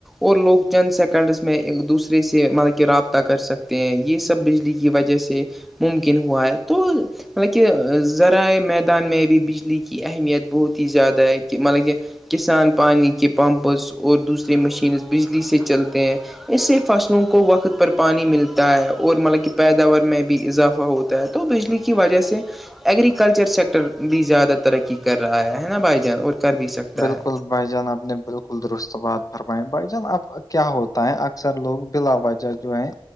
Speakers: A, in the centre; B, on the left (about 40°).
A: اور لوگ چند سیکنڈس میں ایک دوسرے سے مطب کہ رابطہ کر سکتے ہیں یہ سب بجلی کی وجہ سے ممکن ہوا ہے تو مطلب کہ ذرائع میدان میں بھی بجلی کی اہمیت بہت ہی زیادہ ہے کہ مطلب کہ کسان پانی کے پمپز اور دوسریے مشینز بجلی سے چلتے ہیں اس سے فصلوں کو وقت پر پانی ملتا ہے اور مطلب کہ پیداوار میں بھی اضافہ ہوتا ہے ہے تو بجلی کی وجہ سے ایگرییکلچر سیکٹر بھی زیادہ ترقی کر رہا ہے ہے نا بھائی جان اور کر بھی سکتا
B: بالکل
A: ہے
B: بھائی جان آپ نے بالکل درست بات فرمائی بھائی جان اب کیا ہوتا ہے اکثر لوگ بلا وجہ جو ہے